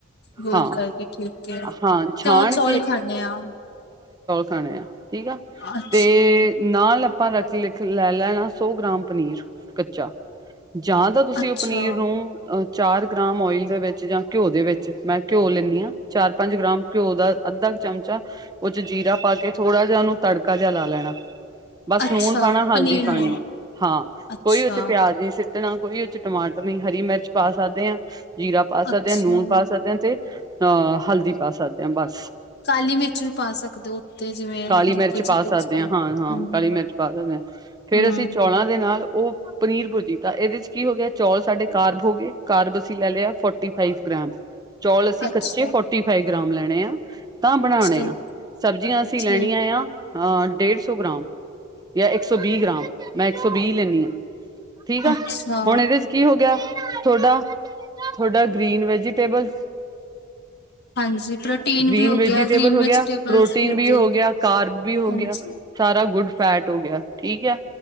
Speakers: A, on the left; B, on the right.
A: ਬੋਇਲ
B: ਹਾਂ
A: ਕਰਕੇ ਠੀਕ ਤੇ
B: ਹਾਂ ਛਾਣ
A: ਉਹ ਚੌਲ ਖਾਂਦੇ ਆ।
B: ਖਾਣਿਆ ਠੀਕ ਆ
A: ਅੱਛਾ
B: ਤੇ ਨਾਲ ਆਪਾਂ ਰੱਖ ਲ ਲੈ ਲੈਣਾ ਸੌ ਗ੍ਰਾਮ ਪਨੀਰ ਕੱਚਾ ਜਾਂ ਤਾਂ ਤੁਸੀਂ
A: ਅੱਛਾ
B: ਉਹ ਪਨੀਰ ਨੂੰ ਚਾਰ ਗ੍ਰਾਮ ਓਇਲ ਦੇ ਵਿੱਚ ਜਾਂ ਘਿਓ ਦੇ ਵਿੱਚ ਮੈਂ ਘਿਓ ਲ <unintelligible> ਚਾਰ ਪੰਜ ਗ੍ਰਾਮ ਘਿਓ ਦਾ ਅੱਧਾ ਕੁ ਚਮਚਾ ਉਹ ਚ ਜੀਰਾ ਪਾ ਕੇ ਥੋੜਾ ਜਿਹਾ ਉਹਨੂੰ ਤੜਕਾ ਜਿਹਾ ਲਾ ਲੈਣਾ। ਬਸ
A: ਅੱਛਾ
B: ਲੂਣ ਪਾਉਣਾ
A: ਪਨੀਰ
B: ਹਲਦੀ ਪਾਉਣੀ
A: ਨਹੀਂ
B: ਹਾਂ
A: ਅੱਛਾ
B: ਕੋਈ ਉਹ ਚ ਪਿਆਜ ਨਹੀਂ ਸੀ ਨਾ ਕੋਈ ਉਹ ਚ ਟਮਾਟਰ ਨ ਹਰੀ ਮਿਰਚ ਪਾ ਸਕਦੇ ਹਾਂ ਜੀਰਾ ਪਾ ਸਕਦੇ
A: ਅੱਛਾ
B: ਹ ਲੂਣ ਪਾ ਸਕਦੇ ਹਾਂ ਤੇ ਅ ਹਲ ਦੀ ਪਾ ਸਕਦੇ ਹਾਂ ਬਸ
A: ਕਾਲੀ ਮਿਰਚ ਵੀ ਪਾ ਸਕਦੇ ਹੋ ਉੱਤੇ ਜਿਵੇਂ
B: ਕਾਲੀ
A: ਹਲਕੇ
B: ਮਿਰਚ ਪਾ
A: ਜਿਹੇ
B: ਸਕਦੇ
A: ਟੇਸਟ ਤੇ।
B: ਹਾਂ ਹਾਂ ਹਾਂ,
A: ਹਾਂਜੀ
B: ਕਾਲੀ ਮਿਰਚ ਪਾ ਸਕਦੇ ਹਾਂ ਫੇਰ
A: ਹੂੰ
B: ਅਸੀਂ ਚੌਲਾਂ ਦੇ ਨਾਲ ਉਹ ਪਨੀਰ ਭੁਜੀ ਇਹਦੇ ਚ ਕੀ ਹੋ ਗਿਆ ਚੌਲ ਸਾਡੇ ਕਾਰਬ ਹੋ ਗਏ ਕਾਰਬ ਤੁਸੀਂ ਲੈ ਲਿਆ। ਫੋਰਟੀ ਫਾਈਵ ਗ੍ਰਾਮ ਚੌਲ ਅਸੀਂ
A: ਅੱਛਾ
B: ਕੱਚੇ ਫੋਰਟੀ ਫਾਇਵ ਗ੍ਰਾਮ ਲੈਣੇ ਆ ਤਾਂ ਬਣਾਣੇ
A: ਠੀਕ
B: ਆ ਸਬਜ਼ੀਆਂ ਅਸੀਂ
A: ਠੀਕ
B: ਲੈਣੀਆਂ ਆ ਅ ਡੇਢ ਸੌ ਗ੍ਰਾਮ। ਯਾ ਇੱਕ ਸੌ ਵੀਹ ਗ੍ਰਾਮ ਮੈਂ ਇੱਕ ਸੌ ਵੀਹ ਲੈਂਨੀ ਆ
A: ਅੱਛਾ
B: ਹੁਣ ਏਦੇ ਚ ਕੀ ਹੋ ਗਿਆ <inaudible> ਥੋਡਾ ਥੋਡਾ ਗ੍ਰੀਨ ਵੈਜੀਟੇਬਲਜ
A: ਹਾਂਜੀ ਪ੍ਰੋਟੀਨ
B: ਗ੍ਰੀਨ
A: ਵੀ ਹੋ
B: ਵੇਜੀਟੇਬਲ
A: ਗਿਆ ਗ੍ਰੀਨ
B: ਹੋ
A: ਵੈਜੀਟੇਬਲਸ
B: ਗਿਆ ਪ੍ਰੋਟੀਨ ਵੀ
A: ਗਏ
B: ਹੋ ਗਿਆ ਕਾਰਬ ਵੀ ਹੋ
A: ਹਾਂਜੀ
B: ਗਿਆ ਸਾਰਾ ਗੁੱਡ ਫੈਟ ਹੋ ਗਿਆ ਠੀਕ ਐ